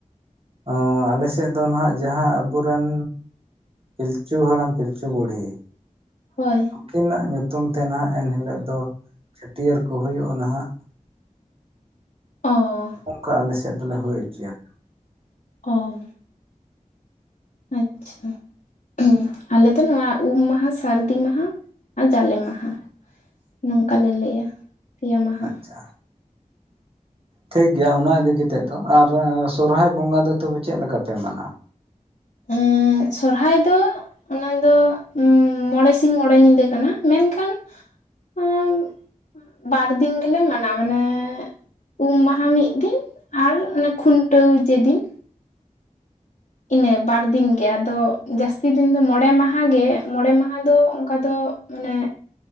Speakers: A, on the right; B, on the left.
A: ᱟᱸᱻ ᱟᱞᱮᱥᱮᱫ ᱫᱚ ᱱᱟᱦᱟᱜ ᱡᱟᱦᱟᱸ ᱟᱵᱚᱨᱮᱱ ᱯᱤᱞᱪᱩ ᱦᱟᱲᱟᱢ ᱯᱤᱞᱪᱩ ᱵᱩᱲᱤ᱾
B: ᱦᱳᱭ᱾
A: ᱩᱱᱠᱤᱱᱟᱜ ᱧᱩᱛᱩᱢ ᱛᱮ ᱱᱟᱦᱟᱜ ᱮᱱᱦᱤᱞᱳᱜ ᱫᱚ ᱪᱷᱟᱹᱴᱭᱟᱹᱨ ᱠᱚ ᱦᱩᱭᱩᱜᱼᱟ ᱱᱟᱦᱟᱜ᱾
B: ᱚᱻ᱾
A: ᱚᱱᱠᱟ ᱟᱞᱮ ᱥᱮᱫ ᱫᱚᱞᱮ ᱦᱩᱭ ᱦᱚᱪᱚᱭᱟ᱾
B: ᱚ᱾ ᱟᱪᱷᱟ ᱦᱩᱸᱢ ᱟᱞᱮ ᱫᱚ ᱱᱚᱣᱟ ᱩᱢ ᱢᱟᱦᱟ ᱥᱟᱹᱨᱫᱤ ᱢᱟᱦᱟ ᱟᱨ ᱡᱟᱞᱮ ᱢᱟᱦᱟ᱾ ᱱᱚᱝᱠᱟ ᱞᱮ ᱞᱟᱹᱭᱼᱟ ᱯᱮᱭᱟ ᱢᱟᱦᱟ᱾
A: ᱟᱪᱪᱷᱟ ᱴᱷᱤᱠ ᱜᱮᱭᱟ ᱚᱱᱟ ᱤᱫᱤ ᱠᱟᱛᱮᱫ ᱫᱚ᱾ ᱟᱨ ᱥᱚᱨᱦᱟᱭ ᱵᱚᱸᱜᱟ ᱫᱚ ᱛᱚᱵᱮ ᱪᱮᱫ ᱞᱮᱠᱟ ᱯᱮ ᱢᱟᱱᱟᱣᱼᱟ?
B: ᱮᱸᱻ ᱥᱚᱨᱦᱟᱭ ᱫᱚ ᱚᱱᱟ ᱫᱚ ᱩᱸᱢ ᱢᱚᱬᱮ ᱥᱤᱧ ᱢᱚᱬᱮ ᱧᱤᱫᱟᱹ ᱠᱟᱱᱟ ᱢᱮᱱᱠᱷᱟᱱ ᱟᱝ ᱵᱟᱨ ᱫᱤᱱ ᱜᱮᱞᱮ ᱢᱟᱱᱟ ᱢᱟᱱᱮ ᱩᱢ ᱢᱟᱦᱟ ᱢᱤᱫ ᱫᱤᱱ ᱟᱨ ᱚᱱᱮ ᱠᱷᱩᱱᱴᱟᱹᱣ ᱡᱮᱫᱤᱱ ᱤᱱᱟᱹ ᱵᱟᱨ ᱫᱤᱱ ᱜᱮ ᱟᱫᱚ ᱡᱟᱹᱥᱛᱤ ᱫᱤᱱ ᱫᱚ ᱢᱚᱬᱮ ᱢᱟᱦᱟ ᱜᱮ ᱢᱚᱬᱮ ᱢᱟᱦᱟ ᱫᱚ ᱚᱱᱠᱟ ᱫᱚ ᱢᱟᱱᱮ